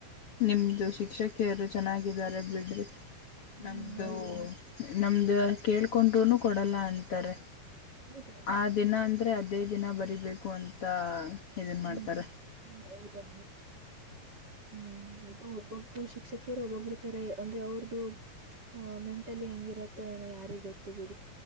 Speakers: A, on the left; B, on the right.
A: ನಿಮ್ಮದು ಶಿಕ್ಷಕಿಯರು ಚೆನ್ನಾಗಿದ್ದಾರೆ ಬಿಡ್ರಿ
B: ಹ್ಮ್
A: ನಮ್ಮದು
B: ಹೌದು
A: ನಮ್ದ ಕೇಳ್ಕೊಂಡೂ ಕೊಡಲ್ಲ ಅಂತಾರೆ
B: ಹೌದಾ
A: ಆ ದಿನ ಅಂದ್ರೆ ಅದ ಇದೇ ದಿನ ಬರಿಬೇಕು ಅಂತ ಇದನ್ ಮಾಡ್ತಾರೆ
B: ಹ್ಮ್ ಹೌದಾ ಹ್ಮ್ ಅದು ಒಬ್ಬೊಬ್ ಶಿಕ್ಷಕಿಯರು ಒಬ್ಬೊಬ್ಬರ್ತಾರೆ ಅಂದ್ರೆ ಅವ್ರದು ಆ ಮೆಂಟಲಿ ಹೆಂಗಿರುತ್ತೋ ಏನೋ ಯಾರಿಗೆ ಗೊತ್ತು ಬಿಡಿ